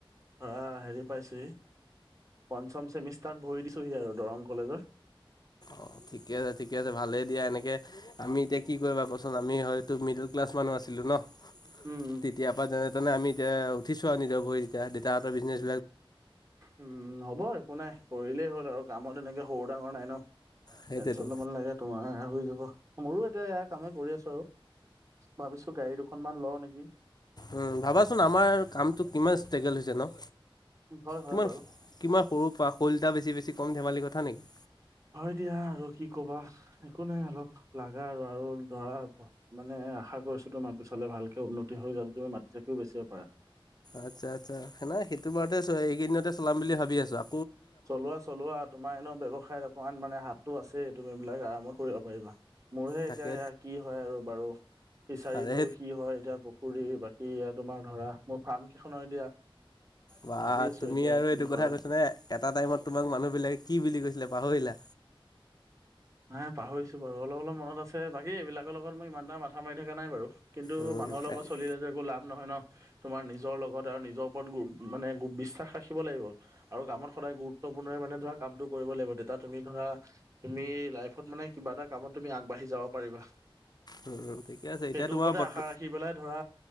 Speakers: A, on the right; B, on the left.
A: অ', হেৰি পাইছেহি। পঞ্চম চেমিষ্টাৰত ভৰি দিছোঁহি আৰু দৰং কলেজৰ।
B: অ', ঠিকে আছে, ঠিকে আছে ভালেই দিয়া এনেকে আমি এতিয়া কি কৰিবাচোন আমি হয়তো মিডিল ক্লাছ। মানুহ আছিলে ন,
A: উম
B: তেতিয়াৰ পৰা যে আমি এতিয়া উঠিছোঁ আৰু নিজৰ ভৰি এতিয়া দেউতাই এটা বিজনেছ।
A: উম, হ'ব একো নাই কৰিলেই হ'ল আৰু কামত এনেকে সৰু ডাঙৰ নাই ন।
B: সেইটোৱেতো
A: টেনশচন অলমান লাগে তোমাৰ হৈ যাব। মোৰো এতিয়া ইাৰ কামেই কৰি আছো আৰু। ভাবিছো গাড়ী দুখনমান লও নেকি।
B: উ, ভাবাচোন আমাৰ কামটো কিমান ষ্ট্ৰেগেল হৈছে ন।
A: হয় হয়
B: কিমান,
A: বাৰু
B: কিমান সৰু পৰা শ'লটা বেছি, বেছি কম ধেমালি কথা নেকি।
A: হয়, দিয়া আৰু কি কবা একো নাই, অলপ লা, আৰু আৰু ধৰা মানে আশা কৰিছো তো মাৰ পিছাললে ভালকে উন্নতি হৈ যাব। তুমি মাটি, চাকিও বেছিব পা
B: আচ্ছা, আচ্ছা সে, ননা সেইটো বাৰতে এইকেইদিনতে চলাম বুলি ভাবি আছো।
A: চলোৱা, চলোৱা তোমাৰ এনে ব্যৱসায়ত অকমান মানে হাত টো, আছে তুমি এইবিলাক আৰামত কৰিব পাৰিবা। মোৰহে
B: তাকে
A: এতিয়া সয়া, কি হয় আৰু, বাৰু ফিচাৰীটো
B: আৰে
A: কি হয়, এতিয়া পুখুৰী ব কি তোমাৰ ধৰা মোৰ ফাৰ্ম কেইখন আৰু এতিয়া
B: বা
A: ভাবি আছো,
B: তুমি
A: এতিয়া
B: আৰু
A: কি
B: এইটো কথা
A: হয়।
B: কৈছা নে এটা টাইমত তোমাক মানুহ বিলাকে কি বুলি কৈছিলে পাহৰিলা।
A: নাই পাহৰিছো বাৰু অলপ, অলপ মন আছে। বাকী এইবিলাকৰ লগত মই ইমানটা মাথা মাৰি থকা নাই বাৰু। কিন্তু
B: উম
A: মানুহৰ লগত
B: এক-
A: চলিলে যে, একো লাভ নহয় ন, তোমাৰ নিজৰ লগত আৰু নিজৰ ওপৰত মানে বিশ্বাস ৰাখিব লাগিব আৰু কামত সদায় গুৰুত্বপূৰ্ণ মানে ধৰা কামটো কৰিব লাগিব তে তুমি ধৰা তুমি লাইফত মানে কিবা এটা কামত তুমি আগবাঢ়ি যাব পাৰিবা।
B: উম ঠিকে আছে এতিয়া
A: সেইটোৰ
B: তোমাৰ
A: ওপৰতে
B: বৰ্ত
A: আশা ৰাখি পেলাই ধৰা